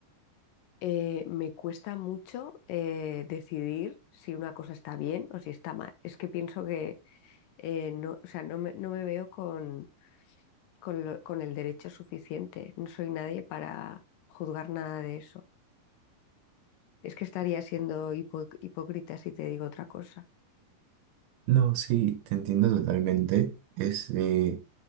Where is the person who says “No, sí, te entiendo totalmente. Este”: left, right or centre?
Right